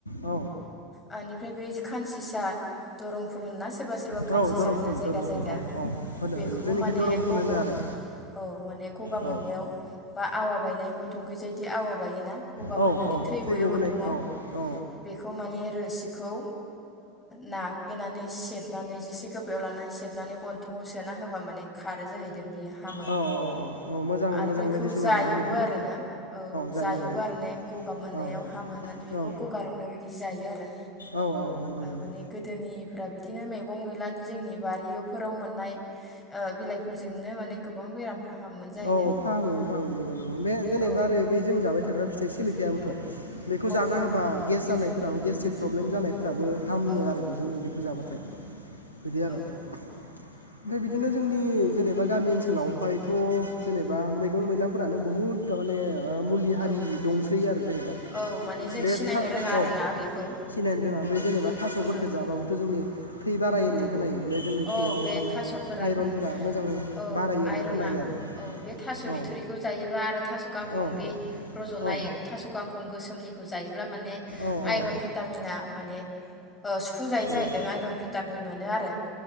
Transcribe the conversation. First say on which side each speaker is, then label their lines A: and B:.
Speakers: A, on the left; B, on the left.
A: औ
B: बेनिफ्राय बे खानसिसा दरं फुल होन्ना सोरबा सोरबा खानसिसा
A: औ धरमफुल
B: होनो जायगा
A: धरमफुल
B: जायगा
A: औ औ होनो
B: बेखौबो
A: होनो जोंनिखि
B: माने
A: धरमफुल
B: गगा
A: होनो आरो
B: औ माने गगा
A: औ
B: मोननायाव बा आवा बायनाय ग थंख्रि जायदि आवा बायो ना? गगा
A: औ
B: मोननानै
A: औ
B: थै गयो
A: गबोनाय
B: गन्थंआव
A: औ औ
B: बेखौ माने रोसिखौ नाफ्लैनानै सेब नैजिसे गोबायाव लानानै सेबनानै गन्थंआव सोना होबा माने खारो जाहैय देन डियो हामो
A: औ औ मोजां
B: आरो
A: मोजां
B: बेखौ
A: मेडिसिन
B: जायोबो
A: आरोना बेफोरो
B: आरोना औ
A: जायो
B: जायोबो
A: जायो
B: आरो गगा मोननायाव
A: औ
B: हामो होननानै बेखौ
A: औ
B: गगा रंनाय बायदि जायो आरो
A: औ औ नंगौ नंगौ
B: माने गोदोनि <unintelligible> बिदिनो मैगं मैलानि जोंनि बारिफोराव मोननाय बिलाइफोरजोंनो माने गोबां बेराम फाहामोमोन जाहैदों
A: औ फामोमोन फाहामोन नंगौ नंगौ बे जेनेबा
B: औ
A: ओरै जाबाय थाग्रा फिथाइ सोलिख खायाबोथ' बेखौ
B: औ
A: जाना होबा गेस जानाय फोराबो गस्ट्रिक प्रब्लम जानाय फोराबो हामनो
B: औ
A: आरो बेजों बेखौ जाबाथाय बिदि आरो
B: औ
A: ओमफ्राय बिदिनो जोंनि जेनेबा गामि ओनसोलावहायथ'
B: औ
A: जेनेबा मैगं मैला फोरानो बहुत थारमाने मुलि हारि
B: औ
A: दंसै आरो जेनेबा
B: औ माने जों
A: बे
B: सिनायनो
A: खाव
B: रोङा आरोना बेखौ
A: थिनाय जों बे जेनबा थास'फोरखो
B: औ
A: जाबाबोथ' जोंनि थै बाराय होननाय खोनायो बे जोंनि थैयाव
B: औ बे
A: थानाय
B: थास'फोरा
A: आइरनफोरा मोजां
B: औ
A: बारायो होननाय
B: आइरना
A: खोनायो आरो।
B: औ बे थास'
A: औ
B: बिथुरिखौ जायोबा आरो थास' गांखं
A: औ
B: बे रज'नाय
A: औ
B: थास' गांखं गोसोम निखौ जायो ब्ला माने
A: औ
B: आइरन
A: औ
B: भिटामिना माने ओ सुफुंजायै जाहैदों
A: औ
B: आइरन भिटामिन मोनो आरो।